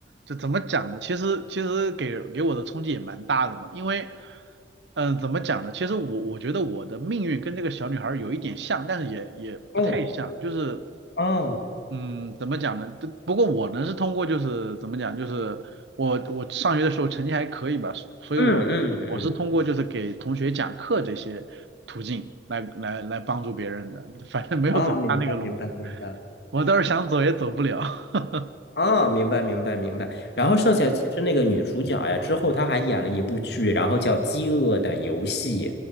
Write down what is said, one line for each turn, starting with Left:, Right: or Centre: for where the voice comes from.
Right: 这怎么讲呢？其实其实给给我的冲击也蛮大的嘛，因为嗯、呃怎么讲呢？其实我我觉得我的命运跟这个小女孩儿有一点像，但是也也不太像，
Left: 哦，
Right: 就是
Left: 哦，
Right: 嗯，怎么讲呢？不不过我呢是通过就是怎么讲，就是我我上学的时候成绩还可以吧，所以我我是通过就是给同学讲课这些途径来来来帮助别人的，
Left: 嗯嗯嗯，
Right: 反正没有走他那个路子。
Left: 啊，明白明白明白。
Right: 我倒是想走也走不了。<laughs>
Left: 啊，明白明白明白。然后剩下其实那个女主角呀，
Right: 嗯，
Left: 之后她还演了一部剧，然后叫《饥饿的游戏》。